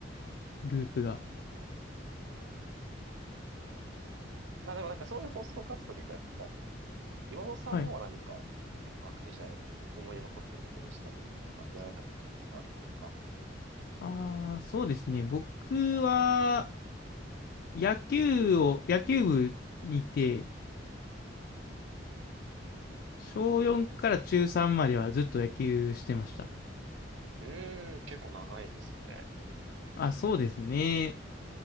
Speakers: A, on the left; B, on the right.
A: ループが。
B: まあでもなんかそういう放送活動結構やったんですけど、岩尾さんの方は何か結構学生時代思い出残ってることでしたり、
A: はい。
B: なんかやられたこととかってあるんですか
A: ああ、そうですね。僕は、野球を、野球部にいて、
B: う
A: 小4から中3まではずっと野球してました。
B: ーん、結構長いですね。
A: あ、そうですね。